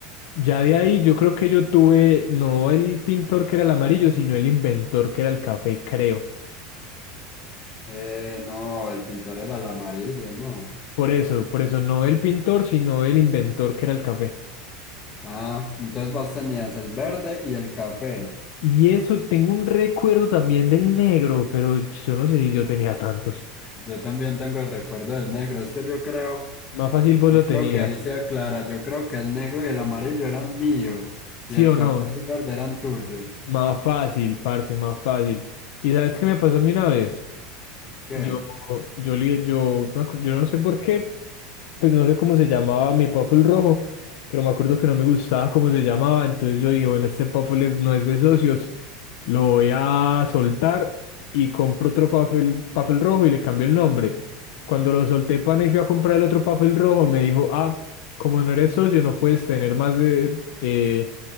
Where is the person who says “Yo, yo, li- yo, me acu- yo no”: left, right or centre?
Left